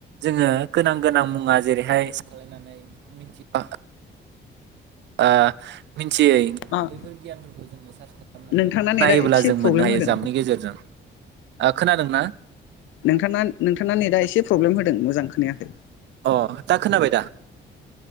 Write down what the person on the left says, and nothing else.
औ
नोंथांना नेटआ
एसे
प्रब्लेम
होदों
नोंथाना नोंथाना नेटआ एसे प्रब्लेम होदों मोजां खोनायाखै